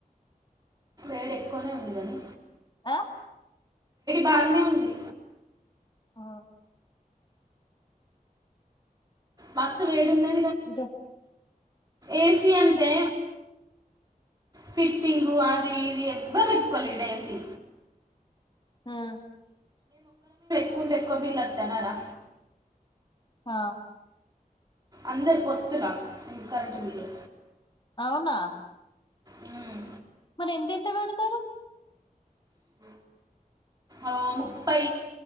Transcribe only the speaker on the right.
ఈడ ఎక్కువనే ఉంది గాని
బాగానే ఉంది
మస్తు వేడున్నాయ్
ఏసీ అంటే ఫిట్టింగు అది ఇది ఎవ్వరు ఒప్పుకోలా ఏసీ
<unintelligible> వీళ్ళు ఒత్తనారా
అందరు పొత్తుల ఇంత కరెంటు బిల్లు
ఉమ్.
ఆ ముప్పై